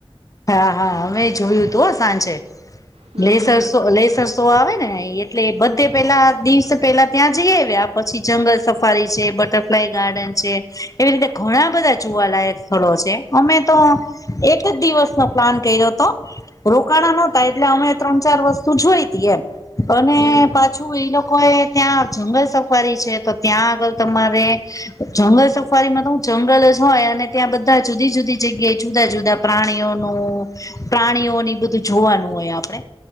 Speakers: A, on the left; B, on the right.
A: હા હા અમે જોયું તું સાંજે
B: હમ
A: લેસર
B: હમ
A: શો લેસર શો આવે ને એટલે બધે પેલા દિવસે પેલા ત્યાં જઈ આવ્યા પછી જંગલ સફારી છે બટરફ્લાય ગાર્ડન છે. એવી રીતે ઘણા બધા ચુવાલાયક સ્થળો છે અમે તો એક જ દિવસ પ્લાન કર્યો તો રોકાણા નતા એટલે અમે ત્રણ ચાર વસ્તુ જોઈતી એમ અને
B: હમ હમ
A: પાછું શું એ લોકો એ ત્યાં જંગલ સફારી છે તો ત્યાં આગળ તમારે જંગલ સફારી માં તો હું જંગલ જ હોય અને ત્યાં બધા જુદી જુદી જગ્યાએ જુદા જુદા પ્રાણીઓ પ્રાણીઓની બધું જોવાનું હોય આપણે